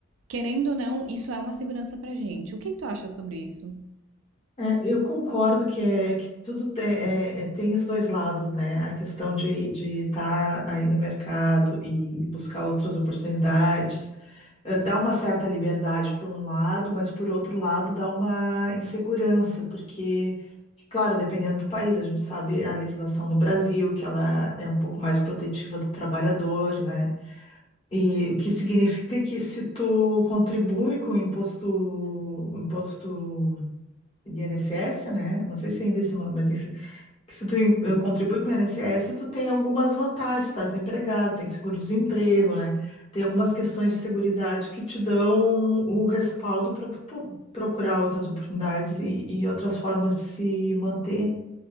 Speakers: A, on the right; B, on the left.
A: querendo ou não, isso é uma segurança pra gente. O que que tu acha sobre isso?
B: É, eu concordo que, é, que tudo te- é- é- tem os dois lados, né? A questão de estar aí no mercado e buscar outras oportunidades eh, dá uma certa liberdade por um lado, mas por outro lado dá uma insegurança, porque, claro, dependendo do país, a gente sabe a legislação no Brasil, que ela é um pouco mais protetiva do trabalhador, né? E o que significa que se tu contribui com o imposto, o imposto INSS, né? Não sei se ainda é esse nome, mas enfim, que se tu em- eh, contribui com o INSS, tu tem algumas vantagens, tu tá desempregado, tem seguro-desemprego, né? Tem algumas questões de seguridade que te dão o respaldo para tu po- procurar outras oportunidades e, e outras formas de se manter.